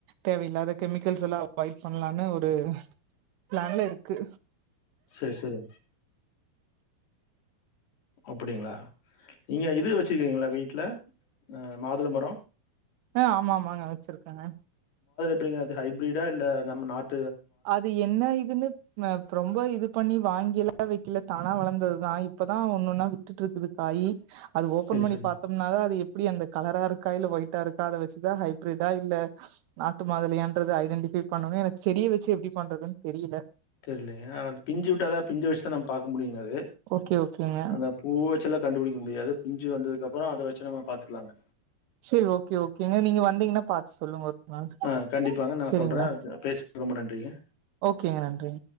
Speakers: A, on the right; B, on the left.
A: தேவயில்லாத கெமிக்கல்ஸ் எல்லா அவாய்ட் பண்ணலான்னு ஒரு பிளான்ல இருக்கு
B: செரி செரி அப்படிங்களா நீங்க இது வச்சுக்கீங்களா வீட்ல அ மாதுள மரோ
A: ஆ ஆமாமாங்க வச்சிரு பங்க
B: <unintelligible> அது ஹைபிரிடா இல்ல நம்ம நாட்
A: அது என்ன இதுனு ம்ம ரொம்ப இது பண்ணி வாங்கிலா வெக்கில தானா வளந்ததுதா இப்பதா ஒன்னொன்னா விட்டுட்ருக்குது காயி அது ஓபன்
B: சரி,
A: பண்ணி
B: சரி.
A: பாத்தோம்னா தா அது எப்டி அந்த கலரா இருக்கா இல்ல ஒயிட்டா இருக்கா அத வச்சுதா ஹைப்ரிடா இல்ல நாட்டு மாதுளையான்றது ஐடெண்டிஃபை பண்னணு எனக்கு செடிய வச்சு எப்டி பண்றதுனு தெரியல
B: தெரிலயா அது பிஞ்சு விட்டாதா பிஞ்ச வச்சுதா நம்ம பாக்க முடியுங்க அது
A: ஓகே ஓகேங்க
B: அந்த பூ வச்செல்லாம் கண்டுபிடிக்க முடியாது பிஞ்சு வந்ததுக்கு அப்றோ அத வச்சு நம்ம பாத்துக்கலாங்க
A: செரி ஓகே ஓகேங்க நீங்க வந்தீங்கனா பாத்து சொல்லுங்க ஒரு நாள்
B: ஆ கண்டிப்பாங்க நா
A: செரிங்களா
B: சொல்றே பேச் <inaudible> ரொம்ப நன்றிங்க
A: ஓகேங்க நன்றிங்க